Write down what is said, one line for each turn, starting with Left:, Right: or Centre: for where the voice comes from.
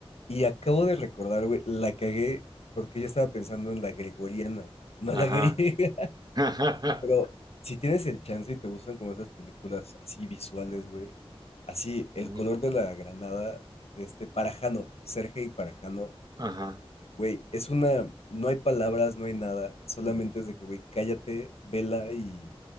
Left: y acabo de recordar, güey, la cagué porque yo estaba pensando en la gregoriana, no
Right: Ajá.
Left: la griega, <laughs>
Right: <laughs>
Left: pero si tienes el chance y te gustan como esas películas así visuales, güey, así, El
Right: Ujú,
Left: color de la granada de este Parajanov, Sergei Parajanov,
Right: Ajá.
Left: güey, es una, no hay palabras, no hay nada, solamente
Right: ujú,
Left: es de que, güey, cállate, vela y,